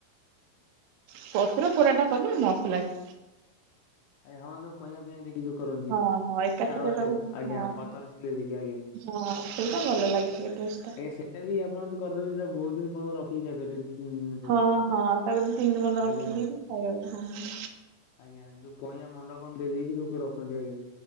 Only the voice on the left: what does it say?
ହଁ ଯୋଉ କଇଆଁ ଫଇଆ ଦେଇକି ଯୋଉ କରନ୍ତି
ତାପରେ
ଆଜ୍ଞା
ପଥର ସିଲେଇ ଦେଇକି ଆଜ୍ଞା।
ଆଜ୍ଞା ସେଇଟା ବି ଆପଣ କରିଦେବେ ସେଟା ବହୁତ ଦିନ ପର୍ଯ୍ୟନ୍ତ ରଖିକି ଖାଇପାରିବେ ଦି ତିନି ଦିନ ପର୍ଯ୍ୟନ୍ତ
ଆଜ୍ଞା।
ଆଜ୍ଞା ଯୋଉ କଇଁଆ ମଣ୍ଡ କଣ ଦେଇ ଦେଇକି ସବୁ ରଖନ୍ତି ଆଜ୍ଞା।